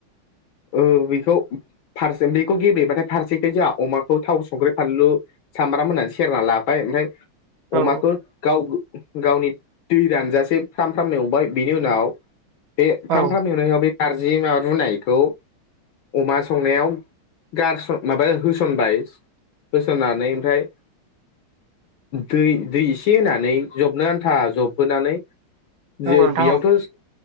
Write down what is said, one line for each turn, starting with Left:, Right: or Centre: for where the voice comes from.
Left: ओ बेखौ फारसे बेखौ गेब्लेबाथाय फारसेखाय जोंहा अमाखौ थाव, संख्रि, फानलु सामब्राम होनानै सेरना लाबाय ओमफ्राय
Right: औ
Left: अमाखौ गाव गावनि दै रानजासे फ्राम फ्राम एवबाय बिनि उनाव बे फ्राम
Right: औ
Left: फ्राम एवनायाव बे नारजि माबा रुनायखौ अमा संनायाव गारसन माबा होसनबाय होसननानै ओमफ्राय दै दै एसे होनानै जबनो आन्था जबहोनानै
Right: औ
Left: जे
Right: नोंथां
Left: बेयावथ'
Right: औ